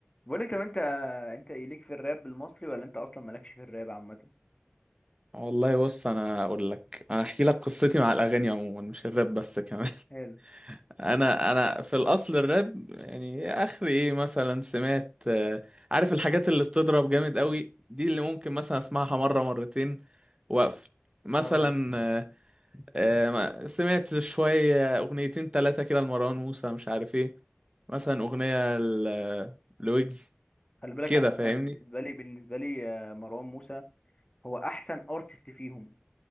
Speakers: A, on the left; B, on the right.
A: بقولك طب أنت آه، أنت إيه ليك في الراب المصري ولا أنت أصلا مالكش في الراب عامة؟
B: والله بص انا اقول لك انا احكي لك قصتي مع الاغاني عموما مش الراب بس كمان <laughs>
A: حلو
B: انا انا في الاصل الراب يعني اخر ايه مثلا سمعت آه، عارف الحاجات اللي بتضرب جامد قوي دي اللي ممكن مثلا اسمعها مره مرتين واقفل مثلا
A: اه
B: آه، آه، ما- سمعت شويه اغنيتين ثلاثه كده لمروان موسى مش عارف ايه مثلا اغنيه ل- لويجز
A: خلي بالك
B: كده
A: انا
B: فاهمني
A: انا بالنسبه لي بالنسبه لي آه، مروان موسى هو احسن ارتست فيهم